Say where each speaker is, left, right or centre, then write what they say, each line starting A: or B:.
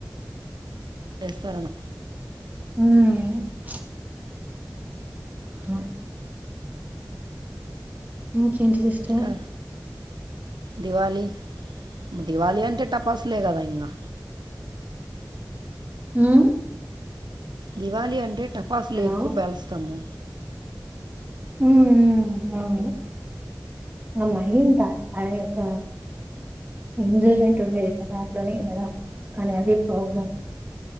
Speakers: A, on the right; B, on the right.
A: వేస్తారట.
B: మ్ హా మ్ కేంటి సిస్టర్?
A: ఇంకా దివాళీ, దివాళీ అంటే టపస్లే గదా ఇంగా.
B: ఉమ్
A: దివాళి అంటే టపాసులు
B: హలో
A: ఎక్కువ పేలుస్తాము.
B: మ్ మ్ అవును, ఆ మైండ్ దాటిపాయే ఒక్క ఎంజాయిమెంట్ ఉండేది గదా అట్లానే గదా కానీ అదే ప్రాబ్లం.